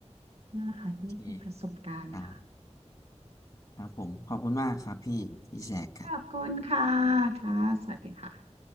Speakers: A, on the right; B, on the left.
A: นั่นแหละค่ะนี่คือประสบการณ์ค่ะ
B: โอเคครับครับผมขอบคุณมากครับพี่ที่แชร์กัน
A: ขอบคุณค่ะค่ะสวัสดีค่ะ